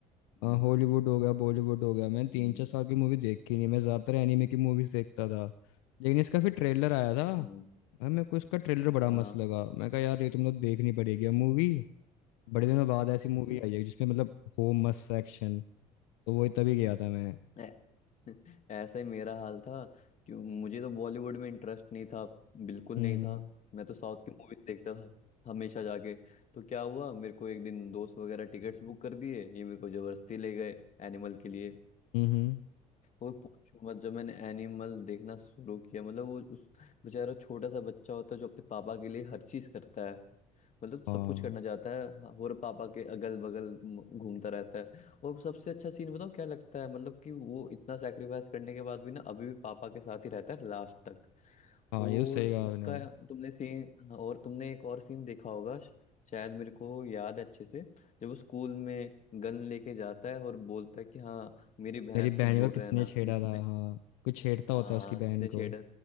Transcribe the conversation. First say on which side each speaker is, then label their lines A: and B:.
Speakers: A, on the left; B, on the left.
A: हम्म
B: हाँ हॉलीवुड हो गया बॉलीवुड हो गया मैंने तीन
A: हम्म
B: चार साल की मूवी देखी नहीं मैं ज्यादातर एनिमे की मूवीज देखता था लेकिन इसका फिर ट्रेलर आया था
A: हम्म,
B: भाई मेरे को इसका ट्रेलर बड़ा
A: हाँ
B: मस्त लगा मैं कहा यार ये तुम लोग देखनी पड़ेगी मूवी बड़े दिनों बाद
A: <laughs>
B: ऐसी मूवी आई है जिसमें मतलब हो मस्त एक्शन तो वही तभी गया था मैं
A: ऐ- ऐसा ही मेरा हाल था कि मुझे तो बॉलीवुड में इंटरेस्ट नहीं था बिल्कुल
B: हम्म
A: नहीं था मैं तो साउथ की मूवीज देखता था हमेशा जाके तो क्या हुआ मेरे को एक दिन दोस्त वगैरह टिकट्स बुक कर दिए ये मेरे को जबरदस्ती ले गए एनिमल के लिए
B: हम्म हम्म।
A: और पूछो मत जब मैंने एनिमल देखना शुरू किया मतलब वो उस बेचारा छोटा सा बच्चा होता है जो अपने पापा के लिए हर चीज करता है मतलब
B: हाँ
A: सब कुछ करना चाहता है हाँ, और पापा के अगल बगल म- घूमता रहता है और सबसे अच्छा सीन बताऊँ क्या लगता है मतलब कि वो इतना सेक्रीफाइस करने के बाद भी ना अभी भी पापा के साथ ही रहता है लास्ट तक
B: हाँ
A: और
B: ये तो सही कहा
A: उसका
B: आपने
A: तुमने सीन और तुमने एक और सीन देखा होगा श- शायद मेरे को याद है अच्छे से जब वो स्कूल में गन लेके जाता है और बोलता है कि हाँ मेरी बहन
B: मेरी
A: से
B: बहन
A: दूर
B: को किसने
A: रहना
B: छेड़ा
A: जिसने
B: था हाँ कुछ छेड़ता होता
A: हाँ
B: है उसकी बहन
A: किसने छेड़ा
B: को